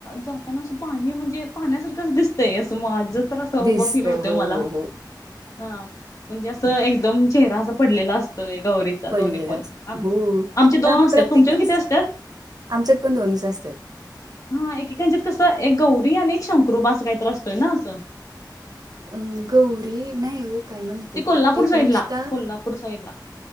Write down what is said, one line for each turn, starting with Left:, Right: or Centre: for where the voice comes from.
Left: जाताना अस पाणी म्हणजे, पाण्यासारखं दिसतंय अस माझं तर असं.
Right: दिसतंय
Left: <unintelligible> फिल होते
Right: हो
Left: मला.
Right: हो हो
Left: हा म्हणजे असं एकदम चेहरा, असा पडलेला असतोय गौरीत.
Right: पडलेलं
Left: दोन्ही पन
Right: असतं हो
Left: आमचे दोन
Right: पण
Left: असत्यात,
Right: प्रत्येकीच
Left: तुमच्यात किती असतात.
Right: आमच्यात पण दोनच असतात.
Left: हा एकेकांच्यात कसं एक गौरी, आणि एक शंकरो बा असं काहीत असतोय ना असं.
Right: अं गौरी नाही हो काय म्हणायचं,
Left: ते कोल्हापूर
Right: तिला एकनिष्ठा.
Left: साईड ला कोल्हापूर साईड ला